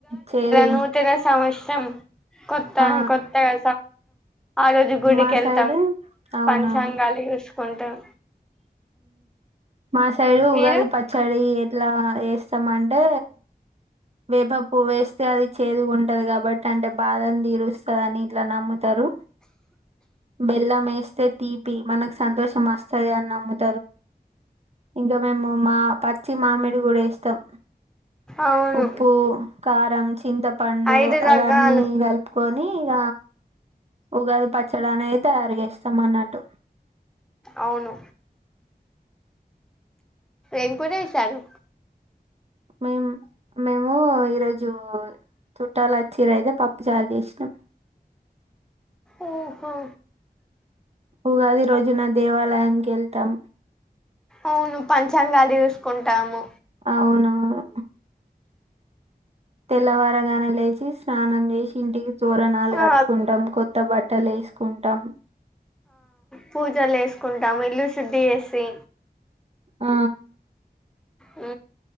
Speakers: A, on the right (about 40°); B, in the centre.
A: చేదు
B: నూతనసంవత్సరం కొత్త
A: ఆ
B: కొత్తగా ఆ రోజు గుడికి
A: మా
B: వెళ్తాం
A: సైడ్ అవునవును
B: పంచాంగాలు చూసుకుంటాం
A: మా సైడు ఉగాది
B: మీరు
A: పచ్చడి ఎట్లా చేస్తామంటే వేప పువ్వు వేస్తే అది చేదు ఉంటది కాబట్టి అంటే బాదను తీరుస్తుంది అని అట్లా నమ్ముతారు బెల్లం వేస్తే తీపి మనకు సంతోషం వస్తది అని నమ్మకం ఇంకా మేము పచ్చి మామిడికాయ కూడా వేస్తాం
B: అవును
A: ఉప్పు కారం చింతపండు
B: ఐదు రకాలు
A: అవన్నీ కలిపి ఇగ ఉగాది పచ్చడి అనేది తయారు చేస్తాం అన్నట్టు
B: అవును ఎక్కువనే ఇచ్చాను
A: మేం మేము ఈరోజు మ్మ్ చుట్టాలు వస్తే పప్పు చారు చేసినాం
B: ఓహో
A: ఉగాది రోజున దేవాలయానికి వెళ్తాం
B: అవును పంచాంగాలు చూసుకుంటాము
A: అవునవును తెల్లవారగానే లేచి స్నానం చేసి ఇంటికి తోరణాలు
B: ఆ
A: కట్టుకుంటాం కొత్త బట్టలు వేసుకుంటాం
B: పూజలు చేసుకుంటాము ఇల్లు శుద్ధి చేేసి
A: ఆ
B: ఆ